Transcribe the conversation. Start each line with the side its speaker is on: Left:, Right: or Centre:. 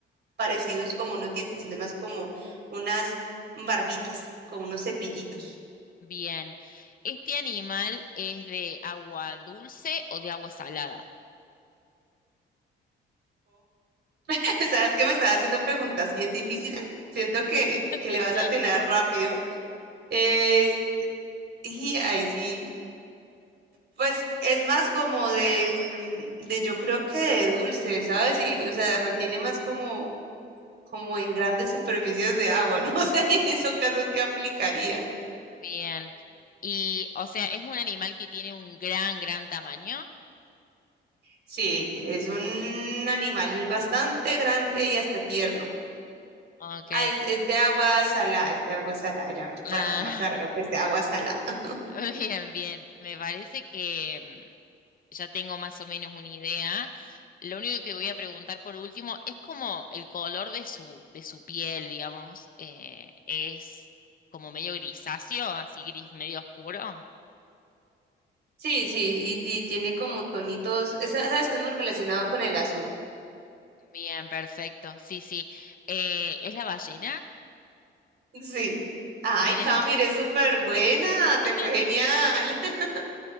Right: parecidos como unos dientes, sino más como unas barbitas, como unos cepillitos.
Left: Mm. Bien. ¿Este animal es de agua dulce o de agua salada?
Right: <laughs> Sabes que me estás haciendo preguntas bien difíciles. Siento que,
Left: <laughs>
Right: que le vas a tener rápido. Es- y ahí sí, pues es más como de, mm, de yo creo que de dulce, ¿sabes? Y, o sea, mantiene más como, como en grandes superficies de agua, ¿no? <laughs> O sea, en esos casos, ¿qué aplicaría?
Left: Bien. Y, o sea, es un animal que tiene un gran, gran tamaño.
Right: Sí, es un animal bastante grande y hasta tierno.
Left: Ok.
Right: Ah, es, es de agua salada, es de agua salada. Ya yo
Left: Ah,
Right: por acá me aclararon que es de agua salada. <laughs>
Left: <laughs> bien, bien. Me parece que mm, ya tengo más o menos una idea. Lo único que voy a preguntar por último es como el color de su, de su piel, digamos, eh, es como medio grisáceo, así gris medio oscuro.
Right: Sí, sí, y, y tiene como tonitos. esa- Sabes que es muy relacionado con el azul.
Left: Bien, perfecto. Sí, sí. Eh, ¿es la ballena?
Right: Sí. Ay,
Left: Bien.
Right: Cami, eres súper buena,
Left: <laughs>
Right: te fue genial. <laughs>